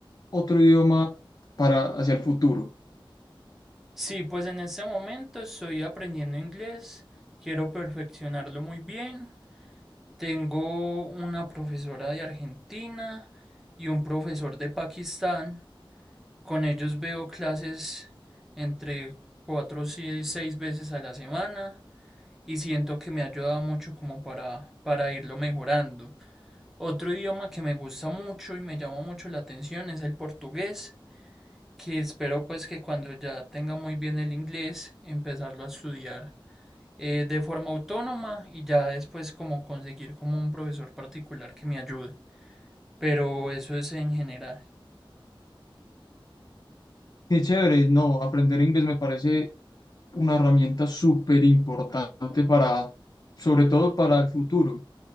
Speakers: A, on the left; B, in the centre.
A: otro idioma para hacia el futuro?
B: Sí, pues en este momento estoy aprendiendo inglés, quiero perfeccionarlo muy bien. Tengo una profesora de Argentina y un profesor de Pakistán. Con ellos veo clases entre cuatro y seis veces a la semana y siento que me ha ayudado mucho como para, para irlo mejorando. Otro idioma que me gusta mucho y me llama mucho la atención es el portugués que espero pues que cuando ya tenga muy bien el inglés, empezarlo a estudiar eh, de forma autónoma y ya después como conseguir como un profesor particular que me ayude. Pero eso es en general.
A: Qué chévere, no, aprender inglés me parece una herramienta súper importante para, sobre todo para el futuro.